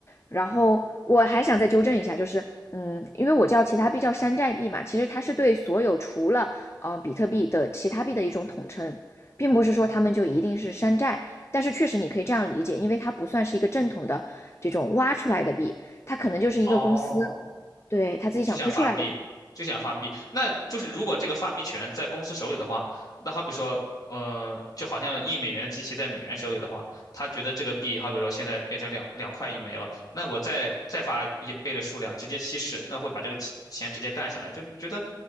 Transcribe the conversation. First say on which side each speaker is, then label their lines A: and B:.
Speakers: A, on the left; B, on the left.
A: 然后我还想再纠正一下，就是，嗯，因为我叫其他币叫山寨币嘛，其实它是对所有除了啊、呃比特币的其他币的一种统称，并不是说他们就一定是山寨，但是确实你可以这样理解，因为它不算是一个正统的这种挖出来的币，它可能就是一个公司
B: 哦。
A: 对他自己想推出来的
B: 就想发币，就想发币。那就是如果这个发币权在公司手里的话，那好比说，呃，就好像印美元的机器在美元手里的话，他觉得这个币，好比说现在变成两两块一枚了，那我再再发一倍的数量，直接稀释，那会把这个钱钱直接干下来，就觉得